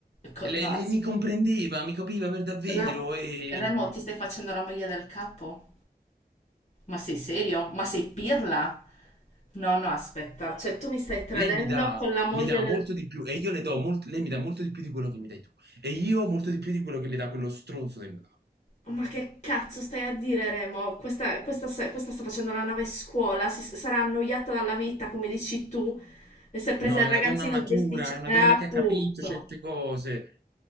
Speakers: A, on the right; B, on the left.
A: e
B: Co-
A: lei,
B: no,
A: lei
B: as-
A: mi comprendeva, mi capiva per davvero
B: la-
A: e
B: Remo, ti stai facendo la moglie del capo? Ma sei serio? Ma sei pirla? No, no, aspetta, cioè tu mi stai tradendo
A: Lei mi dà,
B: con la moglie
A: mi dà
B: del...
A: molto di più e io le do molto, lei mi dà molto di più di quello che mi dai tu e io molto di più di quello che le dà quello stronzo del mio capo.
B: Oh, Ma che cazzo stai a dire, Remo? Questa, questa sa- questa sta facendo la nave scuola, si, sarà annoiata dalla vita, come dici tu, e si è presa
A: No,
B: il
A: è
B: ragazzino
A: una donna matura,
B: di
A: è una
B: Eh,
A: donna
B: appunto.
A: che ha capito certe cose.